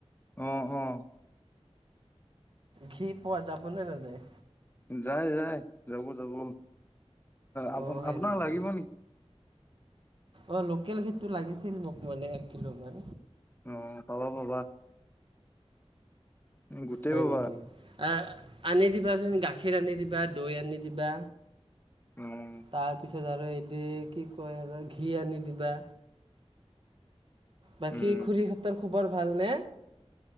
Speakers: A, on the left; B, on the right.
A: অঁ' অঁ'
B: ঘিঁ পোৱা যাবনে নাযায়?
A: যায় যায়, যাব যাব। আপ-
B: অ' হয়
A: আপোনাক
B: নেকি?
A: লাগিব
B: অ' লোকেল ঘিঁটো লাগিছিল মোক মানে এক কিলো মান।
A: অঁ' পাবা, পাবা। গোটেই
B: হয়
A: পাবা
B: নেকি? আ আনি দিবাচোন গাখীৰ আনি দিবা দৈ আনি দিবা।
A: অঁও'
B: তাৰপিছত আৰু এদি কি কয় আৰু ঘিঁ আনি দিবা। বাকী
A: উম
B: খুৰীহঁতৰ খবৰ ভালনে?